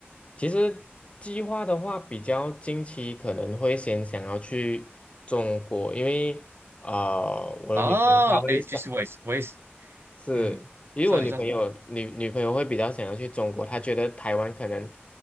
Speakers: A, on the left; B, on the right.
A: 其实计划的话，比较近期可能会先想要去中国，因为呃，我的女朋友她会想
B: 哦，哎，其实我也是我也是，
A: 是，
B: 嗯，
A: 因为我女朋友女女朋友会比较想要去中国，
B: 你说你说，
A: 她觉得台湾可能